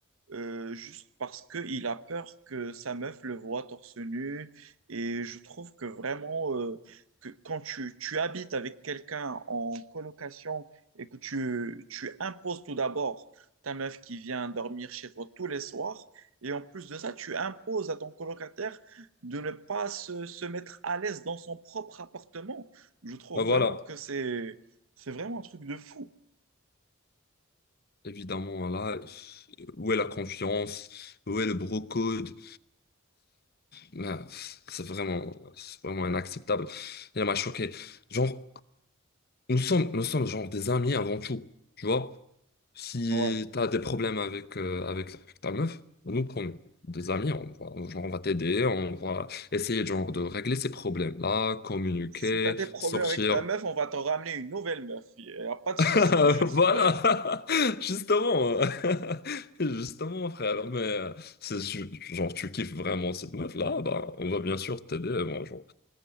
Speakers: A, on the right; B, on the left.
A: euh, juste parce qu'il a peur que sa meuf le voie torse nu. Et je trouve que vraiment, euh, que quand tu, tu habites avec quelqu'un en colocation et que tu, tu imposes tout d'abord ta meuf qui vient dormir chez toi tous les soirs, et en plus de ça, tu imposes à ton colocataire de ne pas se, se mettre à l'aise dans son propre appartement. Je trouve
B: bah, voilà.
A: vraiment que c'est, c'est vraiment un truc de fou.
B: Évidemment, là, où est la confiance? Où est le bro code? Là, c'est vraiment, c'est vraiment inacceptable. il m'a choqué. Genre, nous sommes, nous sommes genre des amis avant tout. Tu vois, si
A: Ouais.
B: t'as des problèmes avec, euh, avec, avec ta meuf, nous, comme des amis, on va, genre, on va t'aider, on va essayer genre de régler ces problèmes-là, communiquer,
A: Si t'as des problèmes
B: sortir.
A: avec ta meuf, on va t'en ramener une nouvelle meuf. Il n'y a pas de souci.
B: Euh,
A: Juste,
B: voilà,
A: euh,
B: <laughs> justement, euh, <laughs> justement, frère, mais euh, c'est su- genre tu kiffes vraiment cette meuf-là, bah, on va bien sûr t'aider, bon, genre,